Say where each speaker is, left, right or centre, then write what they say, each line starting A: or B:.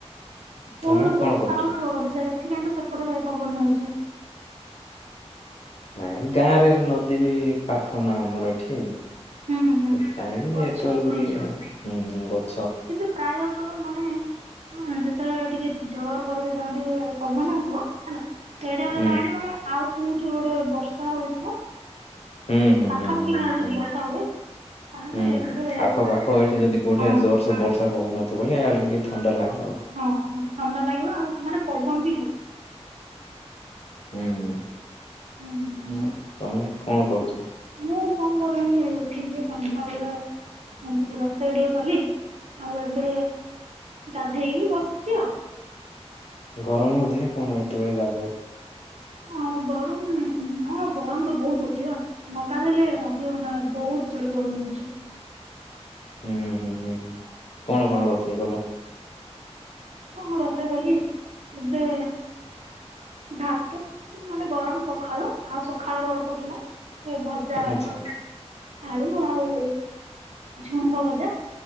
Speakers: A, on the right; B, on the left.
A: କୋଉଠି
B: ତମେ
A: ଗୋଟେ
B: କଣ
A: ବର୍ଷା
B: କରୁଛ?
A: ହେଉଥିବ ବୋଧେ ସେଥିପାଇଁ ତ ସେପଟେ ପବନ ହଉଚି।
B: ନାଇଁ ଗାଁ ରେ ନଦୀ ବି ପାଖ ନା ଆମର ଏଠି।
A: ହୁଁ ହୁଁ
B: ସେଥିପାଇଁ ବି
A: ଗଛ
B: ଏତେବେଳେକୁ
A: ନାଇଁକି
B: ଟିକେ ହୁଁ-ହୁଁ।
A: କିନ୍ତୁ ପ୍ରାୟତଃ ମାନେ ହଁ, ଯେତବଳେ ଟିକେ ଜୋର୍ କରି ଯେତଳେ ଟିକେ ପବନ୍ ହେଉଥିବ ହେଲା ସେଇ ଟାଇମ୍ ରେ
B: ହୁଁ।
A: <unintelligible> ମାନେ ଆଉ କୋଉଠି ଗୋଟେ ବର୍ଷା ହଉଥିବ
B: ହୁଁ ହୁଁ
A: ପାଖାପାଖି
B: ହୁଁ ହୁଁ
A: ଗାଁରେ
B: ହୁଁ
A: ଯଦି ବର୍ଷା ହୁଏ ତାହେଲେ
B: ହୁଁ
A: ଏପଟେ
B: ଆଖପାଖ ଏଠି ଯଦି କୋଉଠେ
A: ହଁ
B: ଜୋର ସେ ବର୍ଷା ପବନ ବୋଲେ ଆଡେ ବି ଥଣ୍ଡା ଲାଗ
A: ହଁ-ହଁ ଥଣ୍ଡା ଲାଗିବ ଆଉ ମାନେ ପବନ୍ ବି ହଵ।
B: ହୁଁ
A: ହବ।
B: ଆଉ ତମେ କଣ କରୁଛ?
A: ମୁଁ କଣ କରୁ ଥିଲି ସନ୍ଧ୍ୟାବେଳେ ମୁଁ ଟିକେ ରୋଷେଇ ଟିକେ କଲି ଆଉ ଏବେ ଗାଧେଇକି ବସିଚି ଆଉ।
B: ଗରମ ହଉଚି ନା କଣ ଏତେବେଳେ ଗାଧୋଉ
A: ହଁ ଗରମ୍ ହଁ ଗରମ୍ ତ ବହୁତ୍ ହଉଚି ବା <inaudible> ରହି ହଉନାହିଁ ବହୁତ୍ ଜୋର ଗରମ୍ ହଉଚି।
B: ହୁଁ-ହୁଁ-ହୁଁ କଣ-କଣ ରୋଷେଇ କଲ?
A: <unintelligible> ରୋଷେଇ କଲି, ଏବେ ଭାତ ମାନେ ଗରମ୍ ପଖାଳ ଆଉ ସକାଳର ଅଳ୍ପ ଥିଲା, ଏ ଭଜା <unintelligible>
B: ଆଚ୍ଛା
A: ଆଳୁ ଆଉ ଝୁଡ଼ଙ୍ଗ ଭଜା,